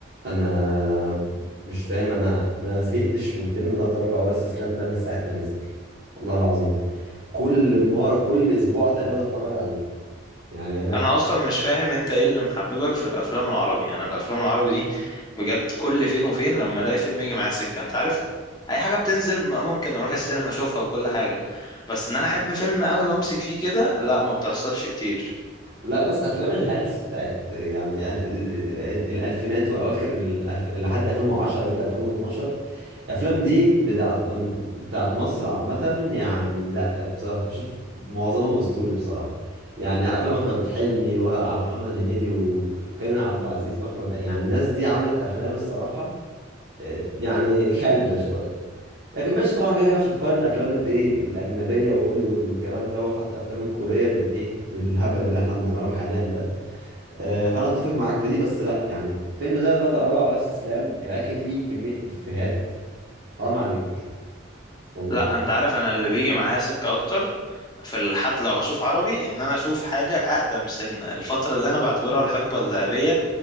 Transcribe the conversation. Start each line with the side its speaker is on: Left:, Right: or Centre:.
Right: انا مش فاهم انا ما زهقتش من فيلم لا تراجع ولا استسلام ده من ساعه ما نزل والله العظيم كل مار كل اسبوع تقريبا اتفرج عليه يعني انا
Left: انا اصلا مش فاهم انت ايه اللي محببك في الافلام العربي انا الافلام العربي دي بجد كل فين وفين لما الاقي فيلم يجي معايا سكه انت عارف اي حاجه بتنزل م- ممكن اروح السينما اشوفها وكل حاجه بس ان انا احب فيلم قوي وامسك فيه كده لا ما بتحصلش كتير
Right: لا بص افلام الهلس بتاعت يعني آه، الالفينات واواخر الأف... لحد 2010 كده 2012 الافلام دي بتاعت بتاعت مصر عامه يعني لا بصراحه بشوف معظمها اسطوري بصراحه يعني افلام احمد حلمي ومحمد هنيدي وكريم عبد العزيز واحمد يعني الناس دي عملت افلام الصراحه آه، يعني خالده شويه لكن ماشي طبعا كده كده مش هتقارن الافلام الايه الاجنبيه وهوليوود والكلام ده وحتى افلام الكوريه بالايه بالهبل اللي احنا بنعمله حاليا ده آه، فانا اتفق معاك في دي بس لا يعني فيلم زي ده تراجع ولا استسلام يا اخي فيه كميه افيهات حرام عليك والله
Left: لا انت عارف انا اللي بيجي معايا سكه اكتر في الحد لو هشوف عربي ان انا اشوف حاجه اقدم سنه الفتره اللي انا بعتبرها الحقبه الذهبيه